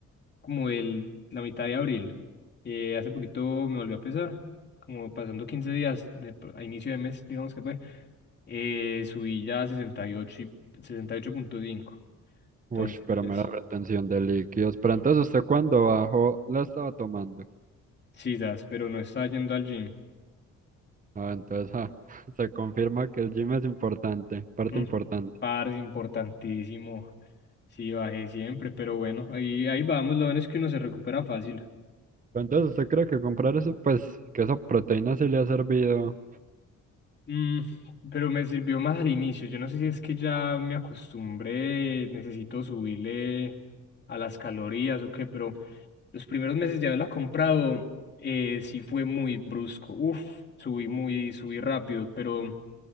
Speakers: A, on the left; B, on the right.
A: como el, la mitad de abril. Eh, hace poquito me volvió a pesar, como pasando 15 días de- a inicio de mes, digamos que fue. Eh, subí ya a sesenta y ocho ocho sesenta y ocho punto cinco Entonces,
B: Uy, pero
A: pues,
B: mera retención de líquidos. Pero entonces usted cuando bajó la estaba tomando.
A: sí, das, pero no estaba yendo al gym.
B: Ah, entonces ah, <laughs> se confirma que el gym es importante, parte
A: Mm,
B: importante.
A: Parce, importantísimo. Sí, bajé siempre, pero bueno, ahí, ahí vamos. Lo bueno es que uno se recupera fácil.
B: Pero entonces usted cree que comprar eso, pues que esa proteína sí le ha servido.
A: Mm, pero me sirvió más al inicio. Yo no sé si es que ya me acostumbré, necesito subirle a las calorías o qué, pero los primeros meses de haberla comprado eh, sí fue muy brusco. Uf, subí muy, subí rápido, pero